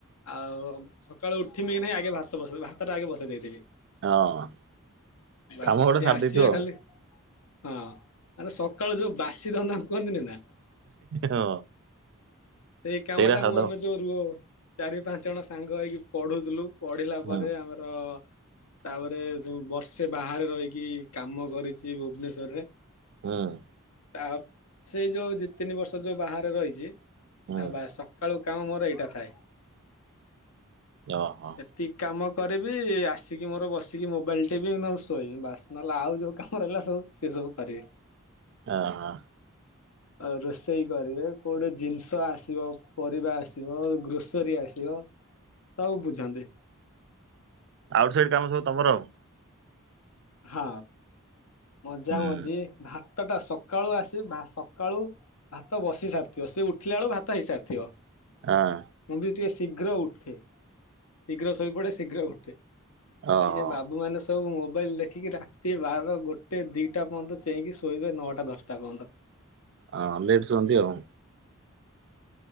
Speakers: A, on the left; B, on the right.
A: ଆଉ ସକାଳୁ ଉଠି ମି କି ନାହିଁ ଆଗେ ଭାତ ବସେଇ ଭାତଟା ଆଗେ ବସେଇ ଦେଇଥିବି।
B: ହଁ।
A: ବାସ
B: କାମ ଗୋଟେ
A: ସିଏ
B: ସାରି
A: ଆସିବେ
B: ଦେଇଥିବ ଆଉ
A: ଖାଲି ହଁ ମାନେ ସକାଳୁ ଯୋଉ ବାସି ଧନ୍ଦା କୁହନ୍ତିନି ନା
B: ହଁ।
A: ସେଇ କାମ
B: ସେଇଟା
A: ଟା
B: ସାରିଦବ
A: ମୁଁ ଆମେ ଯୋଉ ରୁ ଚାରି, ପାଞ୍ଚ ଜଣ ସାଙ୍ଗ ହେଇକି ପଢୁଥୁଲୁ ପଢ଼ିଲା
B: ହୁଁ
A: ପରେ ଆମର ତାପରେ ଯୋଉଁ ବର୍ଷେ ବାହାରେ ରହିକି କାମ କରିଛି ଭୁବନେଶ୍ୱର ରେ।
B: ହଁ।
A: ତା ସେଇ ଯୋଉ ଦି, ତିନି ବର୍ଷ ଯୋଉ ବାହାରେ ରହିଛି
B: ହୁଁ
A: ଆ ବା ସକାଳୁ କାମ ମୋର ଏଇ ଟା ଥାଏ।
B: ଓ ହୋ।
A: ଏତିକି କାମ କରିବି ଆସିକି ମୋର ବସିକି ମୋବାଇଲ ଟିପି ବି ନହେଲେ ଶୋଇବି ବାସ୍ ନହେଲେ ଆଉ ଯେଉଁ କାମ ରହିଲ ସବୁ ସେ ସବୁ ପାରିବେ।
B: ଅ ହଁ।
A: ଆଉ ରୋଷେଇ କରିବେ କୋଉ ଠି ଜିନିଷ ଛୁଆ ଆସିବ, ପରିବା ଆସିବ, ଗ୍ରୋସରୀ ଆସିବ ସବୁ ବୁଝନ୍ତି।
B: ଆଉଟ୍ ସାଇଡ କାମ ସବୁ ତମର ଆଉ।
A: ହଁ ମଜା
B: ହୁଁ
A: ମଜି ଭାତ ଟା ସକାଳୁ ଆସି ସକାଳୁ ଭାତ ବସି ସାରିଥିବ ସେ ଉଠିଲା ବେଳକୁ ଭାତ ହେଇସାରିଥିବ।
B: ଆଁ।
A: ମୁଁ ବି ଟିକେ ଶୀଘ୍ର ଉଠେ ଶୀଘ୍ର ଶୋଇପଡେ ଶୀଘ୍ର ଉଠେ।
B: ଓହୋ
A: ଇ ବାବୁ ମାନେ ସବୁ ମୋବାଇଲି ଠିକି ରାତି ବାରଟା ଗୋଟେ ଦୁଇଟା ପର୍ଯ୍ୟନ୍ତ ଚେଇକି ଶୋଇବେ ନଅଟା ଦଶଟା ପର୍ଯ୍ୟନ୍ତ।
B: ହଁ ଲେଟ୍ ଶୁଅନ୍ତି ଆଉ।